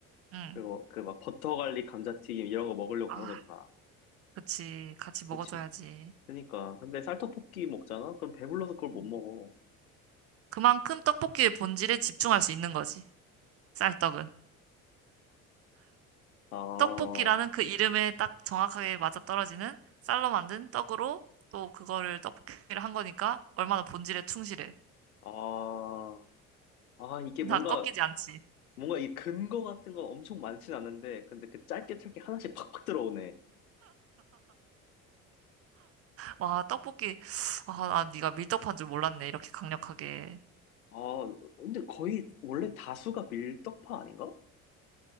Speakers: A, on the right; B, on the left.
A: 응.
B: 그리고 그 막 버터 갈릭 감자튀김 이런 거 먹으려고
A: 아,
B: 가는 거잖아.
A: 그치. 같이 먹어줘야지.
B: 그치? 그니까. 근데 쌀떡볶이 먹잖아? 그럼 배불러서 그걸 못
A: 응.
B: 먹어.
A: 그만큼 떡볶이의 본질에 집중할 수 있는 거지. 쌀떡은.
B: 아,
A: 떡볶이라는 그 이름에 딱 정확하게 맞아떨어지는 쌀로 만든 떡으로 또 그거를 떡볶이를 한 거니까 얼마나 본질에 충실해.
B: 아, 아, 이게
A: 나
B: 뭔가,
A: 꺾이지 않지.
B: 뭔가 이 근거 같은 건 엄청 많진 않은데, 근데 그 짧게 짧게 하나씩 팍팍 들어오네.
A: 와, 떡볶이. 아, 난 네가 밀떡파인 줄 몰랐네. 이렇게 강력하게.
B: 아, 근데 거의 원래 다수가 밀떡파 아닌가?